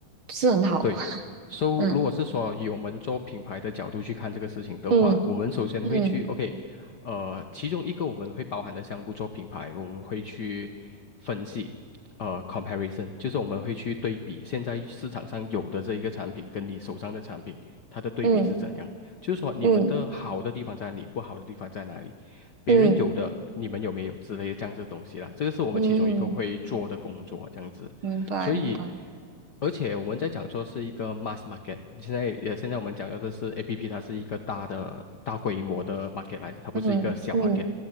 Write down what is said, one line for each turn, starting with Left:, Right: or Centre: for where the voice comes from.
Right: 不是很好，
Left: 对，so
Right: 嗯
Left: 如果是说以我们做品牌的角度去看这个事情的话，
Right: 嗯
Left: 我们首先会去
Right: 嗯
Left: OK，呃，其中一个我们会包含的项目做品牌，我们会去分析，呃，comparison，就是我们会去对比现在市场上有的这一个产品跟你手上的产品，它的对比是怎样，
Right: 嗯
Left: 就是说你们的好的地方在哪里，
Right: 嗯。
Left: 不好的地方在哪里，别人有的你们有没有之类的这样子的东西啦，
Right: 嗯
Left: 这个是我们其中一个会做的工作，
Right: 嗯，
Left: 这样子。
Right: 明白明白，
Left: 所以而且我们在讲说是一个 mass market，现在也现在我们讲的这是 APP，它是一个大的大规模的 market 来的，它不是一个小
Right: 嗯嗯
Left: market，